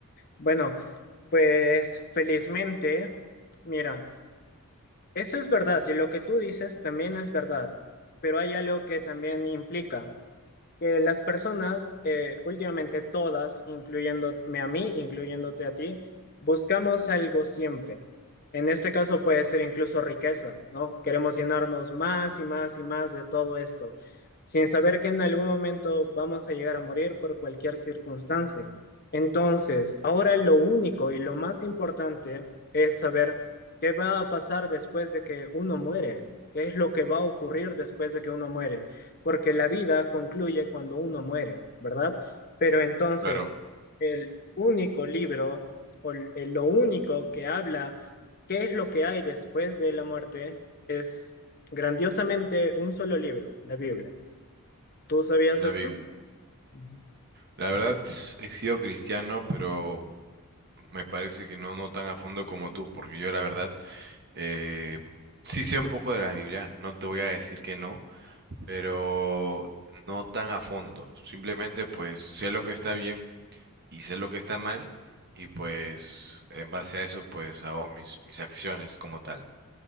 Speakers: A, on the left; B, on the right.
A: Bueno. Pues felizmente, mira, eso es verdad y lo que tú dices también es verdad, pero hay algo que también implica que las personas, eh, últimamente todas, incluyéndome a mí, incluyéndote a ti, buscamos algo siempre. En este caso puede ser incluso riqueza, ¿no? Queremos llenarnos más y más y más de todo esto, sin saber que en algún momento vamos a llegar a morir por cualquier circunstancia. Entonces, ahora lo único y lo más importante es saber qué va a pasar después de que uno muere, qué es lo que va a ocurrir después de que uno muere porque la vida concluye cuando uno muere, ¿verdad? Pero entonces,
B: Claro,
A: el único libro o l- eh, lo único que habla qué es lo que hay después de la muerte es grandiosamente un solo libro, la Biblia. ¿Tú sabías
B: la
A: esto?
B: Biblia.
A: Ujú.
B: La verdad, s- he sido cristiano, pero me parece que no, no tan a fondo como tú, porque yo la verdad eh, sí sé un poco de la Biblia, no te voy a decir que no, pero no tan a fondo. Simplemente pues sé lo que está bien y sé lo que está mal y pues en base a eso pues hago mis, mis acciones como tal.